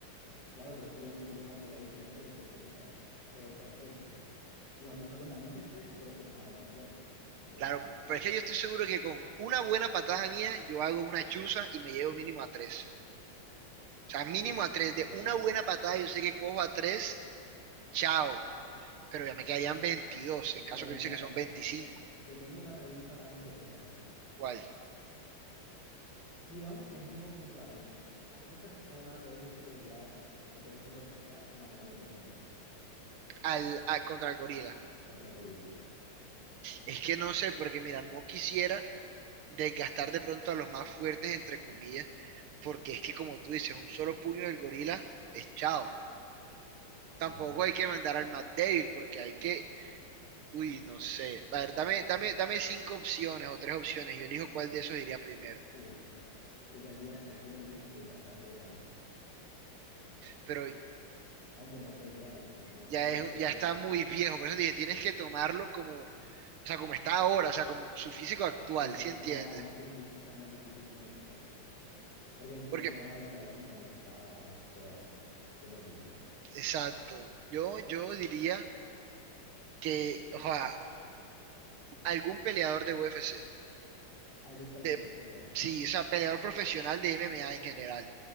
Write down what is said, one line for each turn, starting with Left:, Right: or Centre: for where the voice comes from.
Left: Claro, por eso yo siempre marqué la diferencia de que el gorila es otra especie. Y nosotros somos la misma especie, solo que may- mayor. ¿Entiendes?
Right: Claro, pero es que yo estoy seguro que con una buena patada mía, yo hago una chuza y me llevo mínimo a tres. O sea, mínimo
Left: Sí, sí,
Right: a tres.
Left: es verdad.
Right: De una buena patada, yo sé que cojo a tres, chao. Pero ya me quedarían 22 en caso
Left: Pero
Right: que
Left: ven
Right: dice
Left: acá,
Right: que son veinticinco,
Left: te tengo una pregunta más interesante.
Right: ¿Cuál?
Left: Digamos que es uno contra uno. ¿A qué persona, puede ser celebridad o puede ser lo que sea, mandarías de primero
Right: Al, a- contra el gorila.
Left: contra el gorila?
Right: Es que no sé, porque mira, no quisiera desgastar de pronto a los más fuertes, entre comillas, porque es que como tú dices, un solo puño del gorila es chao. Tampoco
Left: Ajá.
Right: hay que mandar al más débil, porque hay que Uy, no sé. A ver, dame, dame, dame cinco opciones o tres opciones y yo elijo cuál de esos iría primero.
Left: Uf, tú tendrías Shaquille O'Neal, que es bastante grande,
Right: Pero
Left: aunque no pelea, ya uno no sabe,
Right: ya
Left: pero
Right: es,
Left: es que
Right: ya
Left: la,
Right: está
Left: la-
Right: muy viejo, por eso dije, tienes
Left: sí.
Right: que tomarlo como, o sea, como está ahora, o sea, como su físico actual,
Left: Uf,
Right: ¿sí entiendes?
Left: no, ahí sí, ahí sí están más difíciles mis opciones. Porque el siguiente
Right: Porque,
Left: era Mike Tyson y también está súper, súper viejo.
Right: exacto. Yo, yo diría que, o sea, algún peleador de UFC,
Left: Algún peleador,
Right: de,
Left: peleador.
Right: sí, o sea, peleador profesional de MMA en general.